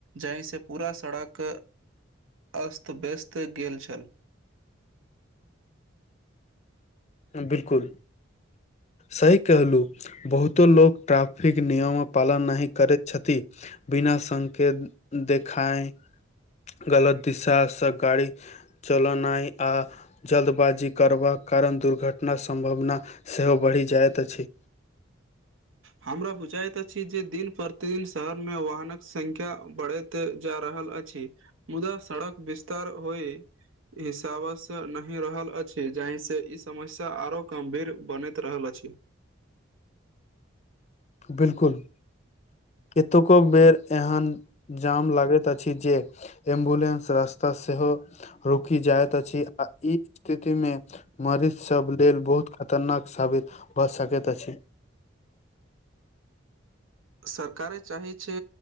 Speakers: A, on the right (about 85°); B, on the left (about 35°).
A: जाहिसँ पूरा सड़क अस्त व्यस्त गेल छल
B: बिल्कुल सही कहलु बहुतो लोक ट्राफिक नियमक आ पालन नहि करैत छथि बिना संकेत देखाय गलत दिशा सँ गाड़ी चलनाइ आ जल्दबाजी करबाक कारण दुर घटना सम्भावना सेहो बढ़ि जायइत अछि
A: हमरा बुझाइत अछि जँ दिन प्रतिदिन शहर मे वाहनक संख्या बढ़ैत जा रहल अछि मुदा सड़क विस्तार होइय हिसाबसँ नहि रहल अछि जाहिसँ ई समस्या आरो कम्भीर बनैत रहल अछि
B: बिल्कुल एतेको बेर एहन जाम लागैत अछी जे एम्बुलेंस रास्ता सेहो रुकि जाइत अछि आ ई स्थितिमे मरीच सब लेल बहुत खतरनाक साबित भए सकैत अछि
A: सरकारे चाहै छै